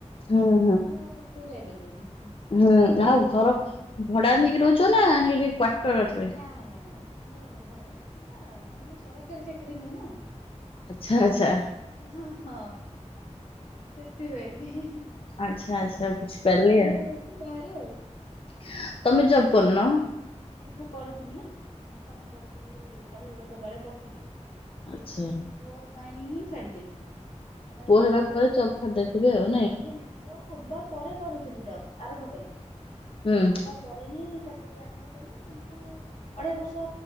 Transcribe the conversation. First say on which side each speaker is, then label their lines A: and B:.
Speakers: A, on the left (about 50°); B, on the left (about 85°).
A: ହୁଁ ହୁଁ
B: ମୁଁ ଆଉ ସେପଠୁ ଯାଇପାରିବିନି।
A: ହୁଁ ଆଉ ଘର ଭଡା ନେଇକି ରହୁଛ ନା ସେଇଠି କ୍ଵଟରରେ?
B: ନା ନା ନା ଆମର ଭଡା ସିବା ମାନେ ସରକାରୀ ଚାକିରିୀ ନୁହେଁ ନା।
A: ଆଚ୍ଛା ଆଚ୍ଛା
B: ୟା ହଁ ସେତିି ପାଇଁ।
A: ଆଚ୍ଛା ଆଚ୍ଛା ବୁଝିପାରିଲି ଆଉ
B: ରହୁଛୁ ବାହାରେ
A: ତମେ ଯବ ପୂନ।
B: ନାଇଁ ମୁଁ କରୁଥିଲି ନା ମୁଁ ବି କାମ କରୁଥିଲି ଅଢେଇ ବର୍ଷ ତଳେ କରୁଥିଲି।
A: ଆଚ୍ଛା
B: କିନ୍ତୁ ଏ ପୁଅ ପାଇଁ ହିଁ ଛାଡିଦେଲି। ମାନେ
A: ପୁଅ ହେବା
B: ପୁଅଟା
A: ପରେ
B: କ
A: ଜବ୍ ଛାଡି ଦେଇଥିବେ ଆଉ
B: ନାଇଁ ନାଇଁ ପୁଅ ହବା ପରେ କରୁଥିଲି। ଜବ ଆରମ୍ଭ କଲି
A: ହୁଁ
B: ପୁଅ ହେବା ପରେ ହିଁ ଚାକିରି ଆରମ୍ଭ କଲି କିନ୍ତୁ ଅଢେଇ ବର୍ଷ